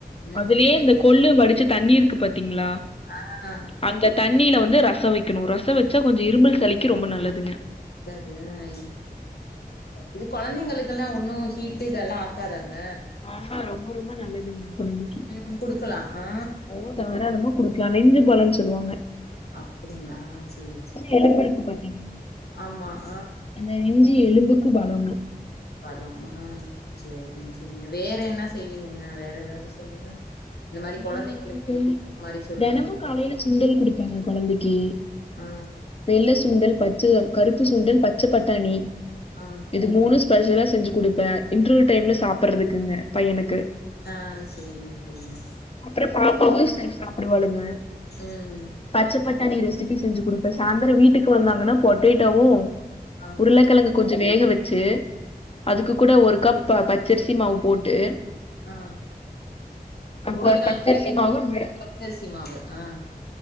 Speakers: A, on the left; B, on the left.
A: ம்
B: அதுலேயே இந்த கொள்ளு வடிச்சு தண்ணி இருக்கு பாத்தீங்களா
A: ஆ அ
B: அந்த தண்ணில வந்து ரசொ வெக்கணு ரசொ வச்சா கொஞ்சொ இரும்பல் சளிக்கு ரொம்ப நல்லதுங்க
A: நல்லது ஆ இ இது கொழந்தைங்களுக்கெல்லா ஒன்னு ஹீட்டு இதெல்லா ஆகாதாங்க
B: ஆ ஆ ரொம்ப ரொம்ப நல்லதுங்க கொழந்தைக்கு
A: ம் குடுக்கலா ஆ
B: ஓ தாரளாமா குடுக்கலா நெஞ்சு பலன்னு சொல்வாங்க
A: அப்டிங்களா செரி செரி
B: எலும்புருக்கு பாத்தீங்க
A: ஆமா ஆ
B: அந்த நெஞ்சி எலும்புக்கு பலங்க
A: பலொ ஆ செரிங்க செரிங்க வேற என்ன செய்வீங்கங்க வேற ஏதாவது சொல்லுங்க இந்த மாரி
B: வேற
A: கொழந்தைங்களுக்கு
B: வந்துட்டு
A: குடுக்ற மாரி சொல்லுங்களே
B: தெனமு காலையில சுண்டல் குடுப்பேங்க கொழந்தைக்கு
A: ஆ
B: வெள்ள சூண்டல் பச்ச கருப்பு சூண்டல் பச்ச பட்டாணி
A: ஆ
B: இது மூணு ஸ்பெஷலா செஞ்சு குடுப்ப இன்டர்வல் டைம்ல சாப்புறதுக்குங்க பையனுக்கு
A: ஆ செரிங்க செரிங்க
B: அப்ற பாப்பாவு சேந் சாப்டுவாளுங்க
A: ம்
B: பச்ச பட்டாணி ரெசிப்பி செஞ்சு குடுப்ப சாய்ந்தர வீட்டுக்கு வந்தாங்கனா பொட்டேட்டோவு
A: ஆ
B: உருளக்கெழங்கு கொஞ்ச வேக வச்சு அதுக்கு கூட ஒரு கப் ப பச்சரிசி மாவு போட்டு
A: ஆ
B: அப்ப
A: உருளக்கெழங்கு
B: பச்சரிசி
A: வேக
B: மாவு வே
A: வக்க பச்சரிசி மாவு ஆ